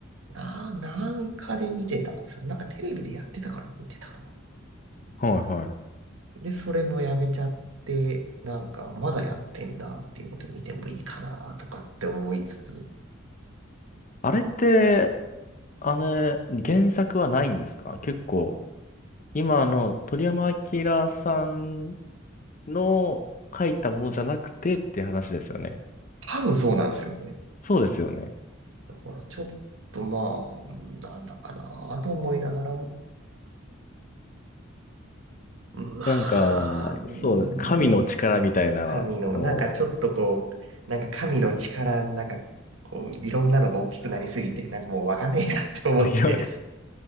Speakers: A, on the right (about 75°); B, on the left (about 40°).
A: な、なんかで見てたんですよ。なんかテレビでやってたから見てた
B: はいはい。
A: の。で、それもやめちゃって、なんかまだやってんだっていうので見てもいいかなとかって思いつつ、
B: あれって、あの、原作はないんですか結構、今の鳥山明さんの書いたものじゃなくてって話ですよね。
A: 多分そうなんですよね。
B: そうですよね。
A: だからちょっとまあ、なんだかなと思いながら、まあ、
B: なんか、
A: ね、
B: そうです。神の力みたいなのを、
A: 神の、なんかちょっとこう、なんか神の力、なんかこう、いろんなのが大きくなりすぎて、なんかもうわかんねえやって思って、
B: <laughs> あいや